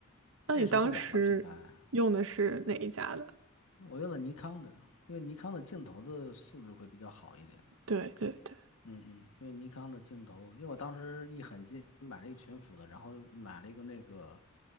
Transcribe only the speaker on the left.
那时候就两个品牌，我用的尼康的，因为尼康的镜头的素质会比较好一点。
嗯嗯，因为尼康的镜头，因为我当时一狠心买了一个全幅的，然后买了一个那个